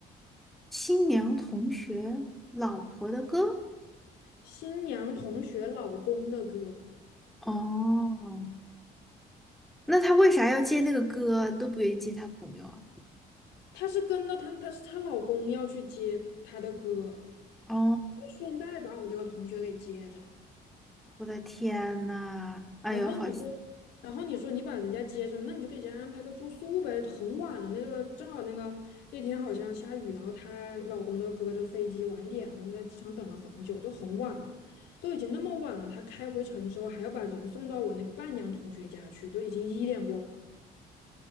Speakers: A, in the centre; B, on the left (about 80°).
A: 新娘同学老婆的歌，
B: 新娘同学老公的歌，
A: 哦，那他为啥要接那个歌？都不愿意接他朋友啊？
B: 她是跟着她，她是她老公要去接她的歌，
A: 哦。
B: 顺带把我这个同学给接着。
A: 我的天呐，哎呦，
B: 然后你说，
A: 好心
B: 然后你说你把人家接着，那你就给人家安排个住宿呗。很晚了，那个正好那个那天好像下雨，然后她老公的哥的飞机晚点了，他们在机场等了很久，就很晚了，都已经那么晚了，他开回城之后还要把人送到我那个伴娘同学家去，都已经一点过了。